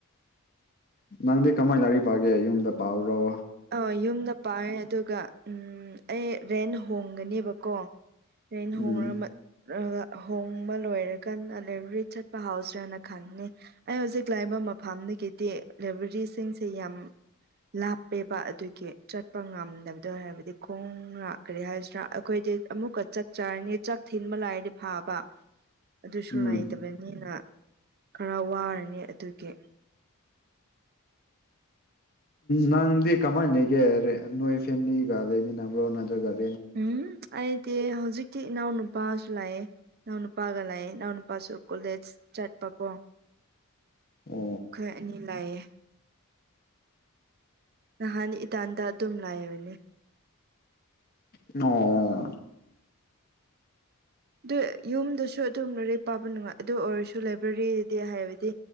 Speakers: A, on the left; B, on the right.
A: ꯅꯪꯗꯤ ꯀꯃꯥꯏ ꯂꯥꯛꯔꯤ ꯄꯥꯒꯦ ꯌꯨꯝꯗ ꯄꯥꯔꯣ
B: ꯑ ꯌꯨꯝꯗ ꯄꯥꯦ ꯑꯗꯨꯒ ꯎꯝ ꯑꯩ ꯔꯦꯟ ꯍꯣꯡꯒꯅꯦꯕꯀꯣ ꯑꯩꯅ
A: ꯎꯝ
B: ꯍꯣꯡꯉꯔꯝꯕ ꯍꯣꯡꯕ ꯂꯣꯏꯔꯀꯥꯟꯗ ꯂꯦꯕꯔꯤ ꯆꯠꯄ ꯍꯥꯎꯁ꯭ꯔꯅ ꯈꯪꯅꯤ ꯑꯩ ꯍꯧꯖꯤꯛ ꯂꯥꯛꯏꯕ ꯃꯐꯝꯗꯒꯤꯗꯤ ꯂꯥꯏꯕ꯭ꯔꯦꯔꯤꯁꯤꯡꯁꯦ ꯌꯥꯝ ꯂꯥꯞ ꯄꯦꯕ ꯑꯗꯨꯒꯤ ꯆꯠꯄ ꯉꯝꯗꯕꯗꯣ ꯍꯥꯏꯔꯕꯗꯤ ꯈꯣꯡꯅ ꯀꯔꯤ ꯍꯥꯏꯁꯤꯅ ꯑꯩꯈꯣꯏꯗꯤ ꯑꯃꯨꯛꯀ ꯆꯥꯛ ꯆꯔꯅꯤ ꯆꯥꯛ ꯊꯤꯟꯕ ꯂꯥꯏꯔꯗꯤ ꯐꯥꯕ ꯑꯗꯨꯁꯨ
A: ꯎꯝ
B: ꯅꯥꯏꯇꯕꯅꯤꯅ ꯈꯔ ꯋꯥꯔꯅꯤ ꯑꯗꯨꯒꯤ
A: ꯅꯪꯗꯤ ꯀꯃꯥꯏꯅ ꯂꯩꯒꯦ ꯅꯣꯏ ꯐꯦꯃꯤꯂꯤꯒ ꯂꯩꯃꯤꯟꯅꯕ꯭ꯔꯣ ꯅꯠꯇ꯭ꯔꯒꯗꯤ
B: ꯎꯝ ꯑꯩꯗꯤ ꯍꯧꯖꯤꯛꯇꯤ ꯏꯅꯥꯎ ꯅꯨꯨꯄꯥꯁꯨ ꯂꯥꯛꯑꯦ ꯢꯅꯧ ꯅꯨꯄꯥꯒ ꯂꯩ ꯢꯅꯧ ꯅꯨꯄꯥꯁꯨ ꯀꯣꯂꯦꯖ ꯆꯠꯄꯀꯣ
A: ꯑꯣ
B: ꯑꯩꯈꯣꯢ ꯑꯅꯤ ꯂꯩꯑꯦ ꯅꯍꯥꯟ ꯏꯇꯥꯟꯇ ꯑꯗꯨꯝ ꯂꯩꯕꯅꯦ
A: ꯑꯣ
B: ꯑꯗꯨ ꯌꯨꯝꯗꯁꯨ ꯑꯗꯨꯝ ꯂꯥꯢꯔꯤꯛ ꯄꯥꯕ ꯅꯨꯡꯉꯥꯏ ꯑꯗꯨ ꯑꯣꯏꯔꯁꯨ ꯂꯥꯏꯕ꯭ꯔꯦꯔꯤꯗꯤ ꯍꯥꯏꯕꯗꯤ